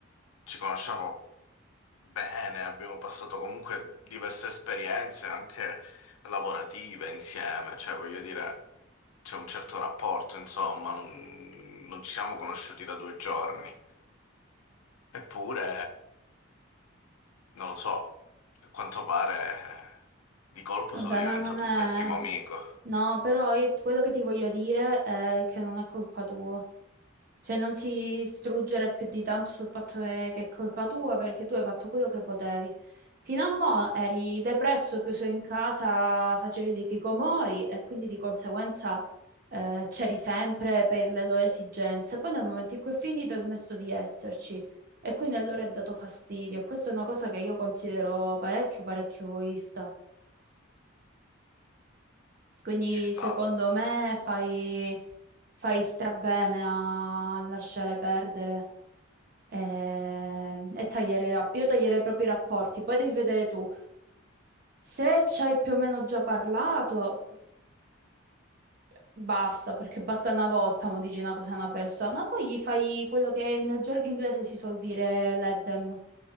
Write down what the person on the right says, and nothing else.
Vabbè,
ma non è...
eh. No, però io- quello che ti voglio dire è che non è colpa tua. Cioè, non ti struggere più di tanto sul fatto che che è colpa tua perché tu hai fatto quello che potevi. Fino a mo' eri depresso, chiuso in casa, facevi i chicomori e quindi di conseguenza eh, c'eri sempre per le loro esigenze. Poi nel momento in cui è finito hai smesso di esserci e quindi allora è dato fastidio. Questa è una cosa che io considero parecchio, parecchio egoista. Quindi
secondo me fai, fai strabene a lasciare perdere. eh, e tagliare i rapporti. Io taglierei proprio i rapporti, poi devi vedere tu. Se ci hai più o meno già parlato, basta, perché basta una volta mo dici una cosa a una persona, poi gli fai quello che in gergo inglese si suol dire l'eddem,